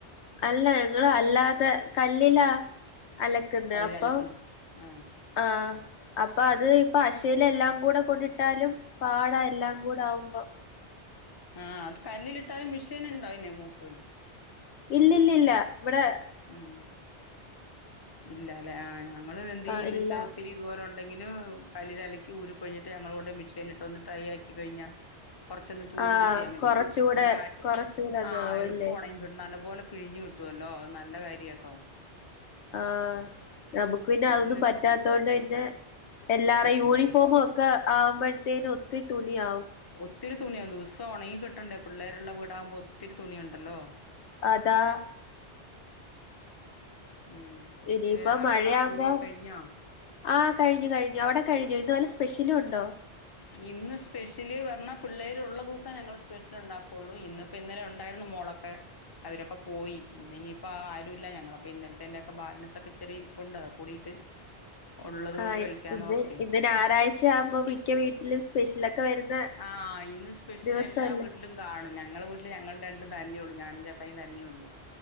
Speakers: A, on the left; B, on the left.
A: അല്ല ഞങ്ങ അല്ലാതെ കല്ലില്ല അലക്കുന്ന
B: കല്ലിലലക്കുന്ന
A: അപ്പം
B: ആഹ്
A: ആഹ് അപ്പൊ അത് ഇപ്പൊ ആശൽ എല്ലാം കൂടെ കൊണ്ടിട്ടാലും പാടാ എല്ലാം കൂടെ ആകുമ്പോ
B: ആഹ് അത് കല്ലിൽ ഇട്ടാലും മിഷീൻ ഉണ്ടോ അയ്ന് മോക്ക്
A: ഇല്ലില്ല ല്ലഇവിടെ
B: ഉം ഇല്ലല്ലെ ആഹ് ഞങ്ങള് എന്ത് ചെയ്യന്ന്
A: ആഹ് ഇല്ല
B: വച്ചാ ഒത്തിരി ഇതുപോലെ ഉണ്ടെങ്കില് കല്ലലയിലലക്കി ഊരി പിഴിഞ്ഞിട്ട് ഞങ്ങ കൊണ്ട് മിക്ഷ ൽ ഇട്ട് ഒന്ന് ടൈ ആക്കി കഴിഞ്ഞ കുറച്ചൊന്ന് ചൂട്
A: ആഹ്
B: കിട്ടിയാൽ മതിയല്ലോ
A: കൊറച്ചൂടെ
B: ഒന്ന് കാറ്റ്
A: കൊറച്ചൂടെന്നാവുല്ലേ
B: ആഹ് എളുപ്പ ഉണങ്ങി കിട്ടും നല്ലപോലെ പിഴിഞ്ഞ് കിട്ടും കിട്ടുവല്ലോ നല്ല കാര്യ കേട്ടോ
A: ആഹ് നമുക്ക് പിന്നെ അതൊന്നും
B: ഇന്ന്
A: പറ്റാത്ത കൊണ്ട് പിന്നെ എല്ലാര
B: പറ്റില്ല
A: യൂണിഫോമും ഒക്കെ ആവുമ്പോഴത്തേും ഒത്തിരി തുണി ആവും
B: ഒത്തിരി തുണിയാണ് ദിവസം ഉണങ്ങി കിട്ടണ്ടേ പിള്ളേരുള്ള വീടാകുമ്പോ ഒത്തിരി തുണിയുണ്ടല്ലോ
A: അതാ
B: ഉം
A: ഇനിയിപ്പോ
B: പിന്നെ രാവിലത്തെ
A: മഴയാവുമ്പോ
B: കാപ്പി കൂടി ഒകെ കഴിഞ്ഞോ
A: ആഹ് കഴിഞ്ഞു കഴിഞ്ഞു അവിടെ കഴിഞ്ഞോ ഇന്ന് വല്ല സ്പെഷ്യലും ഉണ്ടോ
B: <inaudible> ഇന്ന് സ്പെഷ്യല് പറഞ്ഞാൽ പിള്ളേര് ഉള്ള ദിവസം ഞങ്ങൾ സ്പെഷ്യല് ഉണ്ടാക്കുള്ളൂ ഇന്ന ഇപ്പ ഇന്നലെ ഉണ്ടായിരുന്നു മോളൊക്കെ അവരൊക്കെ പോയി ഇന്ന് ഇനിയിപ്പോ ആരു ഇല്ല ഞങ്ങളപ്പോ ഇന്നലത്തെ ന്റെ ഒകെ ബാലൻസ് ഒക്കെ ഇച്ചിരി ഇരി പ്പുണ്ട് അത് കൂടിയിട്ട് ഉള്ളത് കൊണ്ട്
A: ആഹ്
B: കഴിക്കാന്ന്
A: ഇന്ന്
B: ഓർതെ
A: ഇന്ന് ഞായറാഴ്ച ച്ച ആവുമ്പോ മിക്ക വീട്ടില് സ്പെഷ്യൽ ഒക്കെ വരുന്ന
B: ആഹ് ഇന്ന് സ്പെഷ്യൽ
A: ദിവസല്ലേ
B: എല്ലാ വീട്ടിലും കാണും ഞങ്ങളെ വീട്ടില് ഞങ്ങള രണ്ടും തന്നെയ ഉള്ളൂ ഞാനും ചേട്ടായി തന്നെ ഉള്ളൂ